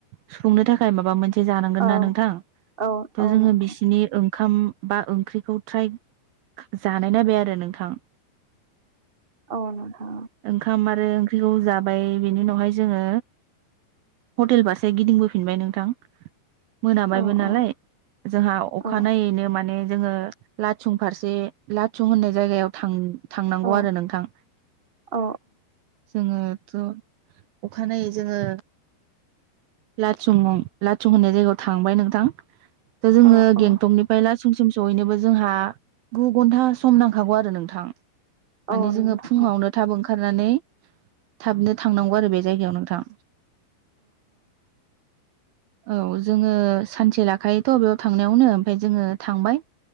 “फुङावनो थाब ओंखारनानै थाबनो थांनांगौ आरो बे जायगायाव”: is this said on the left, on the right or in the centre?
Right